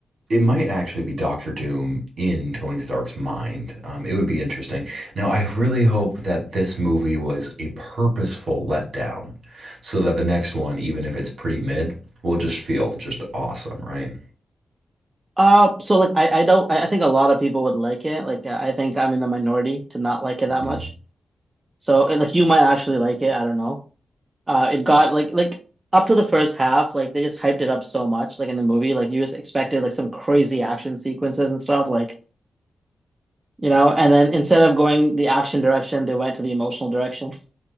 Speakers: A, on the right; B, on the right.
A: it might actually be Doctor Doom in Tony Stark's mind. Um, it would be interesting. Now, I really hope that this movie was a purposeful letdown so that the next one, even if it's pretty mid, will just feel just awesome, right?
B: Uh, so like I, I don't I I think a lot of people would like it. Like I think I'm in the minority to not like it that
A: Mm.
B: much. So and, like you might actually like it. I don't know. Uh, it got like like up to the first half, like they just hyped it up so much. Like in the movie, like you just expected like some crazy action sequences and stuff. Like you know, and then instead of going the action direction, they went to the emotional direction. <laughs>